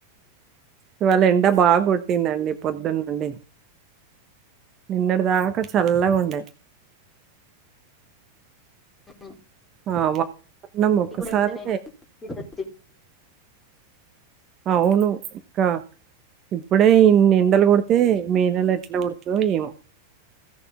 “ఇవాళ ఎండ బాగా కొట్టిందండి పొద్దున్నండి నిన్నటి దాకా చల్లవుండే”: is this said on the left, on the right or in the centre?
Right